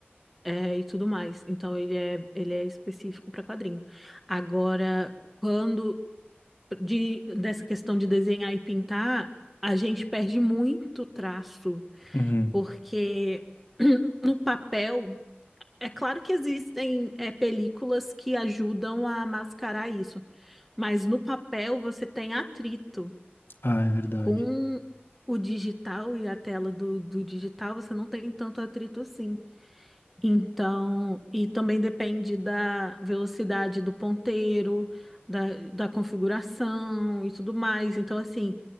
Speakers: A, in the centre; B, on the left (about 65°).
A: é, e tudo mais. Então ele é, ele é específico para quadrinho. Agora, quando de, dessa questão de desenhar e pintar, a gente perde muito traço,
B: Uhum.
A: porque <clears throat> no papel é claro que existem é, películas que ajudam a mascarar isso, mas no papel você tem atrito
B: Ah, é verdade.
A: com o digital e a tela do, do digital, você não tem tanto atrito assim. Então, e também depende da velocidade do ponteiro, da, da configuração e tudo mais. Então, assim,